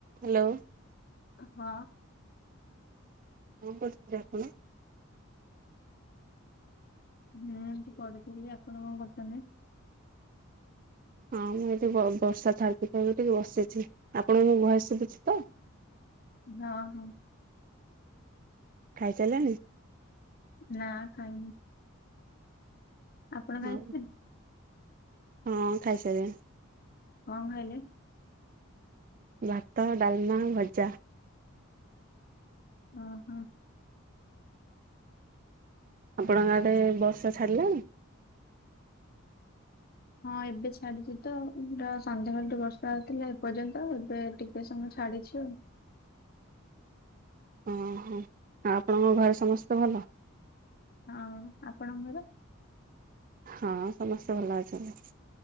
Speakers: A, on the right; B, on the left.
A: Hello.
B: ହଁ।
A: କଣ କରୁଥିଲେ ଆପଣ।
B: ମୁଁ ଏଇଠୀ ପଢୁଥିଲି ଆପଣ କଁ କରୁଚନ୍ତି।
A: ହଁ ମୁଁ ଏଇଠି ବ ବର୍ଷା <unintelligible> ଟିକେ ବସିଛି ଆପଣଙ୍କୁ ମୋ ଭଏସ୍ ଶୁବୁଛି ତ <inaudible>
B: ହଁ ହଁ।
A: ଖାଇସାରଲେଣି।
B: ନା ଖାଇନି। ଆପଣ
A: ହଁ
B: ଖାଇି <unintelligible>
A: ହଁ ଖାଇସାଇଲିଣି।
B: କଣ ଖାଇଲେ।
A: ଭାତ ଡାଲମା ଭଜା।
B: ଅହଁ।
A: ଆପଣଙ୍କ ଆଡେ ବର୍ଷା ଛାଡ଼ିଲାଣି।
B: ହଁ ଏବେ ଛାଡିଚି ତ ଆଉ ପୁରା ସନ୍ଧ୍ୟାବେଳଠୁ ବର୍ଷା ହେଉଥିଲା ଏପର୍ଯ୍ୟନ୍ତ ଏବେ ଟିକେ ସମୟ ଛାଡ଼ିଛି ଆଉ।
A: <inaudible> ହଁ ହଁ। ଆଉ ଆପଣଙ୍କ ଘରେ ସମସ୍ତେ ଭଲ।
B: ହଁ ଆପଣଙ୍କ ଘରେ।
A: ହଁ ସମସ୍ତେ ଭଲ ଅଛନ୍ତି।